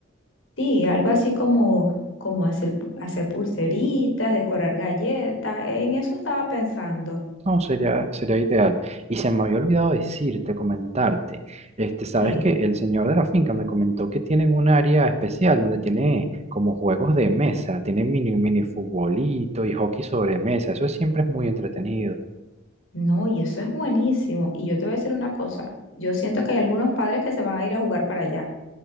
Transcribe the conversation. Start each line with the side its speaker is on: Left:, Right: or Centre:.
Left: Sí, algo así como como hacer, hacer pulseritas, decorar galletas, en eso estaba pensando.
Right: No, sería, sería ideal. Y se me había olvidado decirte, comentarte. Este, sabes
Left: ¿Qué?
Right: que el señor de la finca me comentó que tienen un área especial donde tiene como juegos de mesa, tiene mini, mini futbolito y hockey sobre mesa. Eso siempre es muy entretenido.
Left: No, y eso es buenísimo. Y yo te voy a decir una cosa, yo siento que hay algunos padres que se van a ir a jugar para allá.